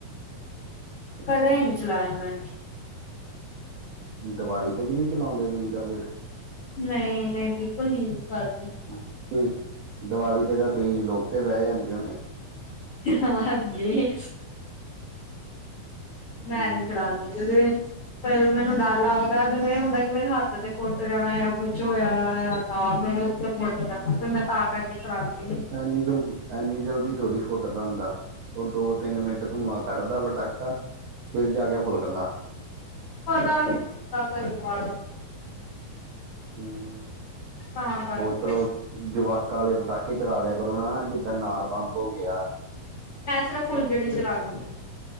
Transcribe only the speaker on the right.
ਹਮ,
ਦੀਵਾਲੀ ਤੇ ਵੀ ਨੀ ਚਲਾਉਂਦੇ ਸੀ ਤਾਂ ਫੇਰ
ਤੁਸੀਂ ਦੀਵਾਲੀ ਤੇ ਤਾਂ ਤੁਸੀਂ ਲੋਕ ਬਹਿ ਜਾਂਦੇ ਹੋਣੇ।
ਹਮ
ਇੰਨੀ ਜਲਦੀ, ਇੰਨੀ ਜਲਦੀ ਥੋੜੀ ਫੁਟ ਦਾ ਹੁੰਦਾ। ਉਹ ਦੋ -ਤਿੰਨ ਮਿੰਟ ਧੂੰਆਂ ਖੜਦਾ ਪਟਾਕਾ। ਫਿਰ ਜਾ ਕੇ ਫੁੱਟਦਾ।
ਹਮ।
ਉਹ ਚਲੋ, ਜਵਾਕਾਂ ਵਾਲੇ ਪਟਾਕੇ ਚਲਾ ਲਿਆ ਕਰੋ ਨਾ ਜਿੱਦਾਂ ਅਨਾਰ ਬੰਬ ਹੋ ਗਿਆ।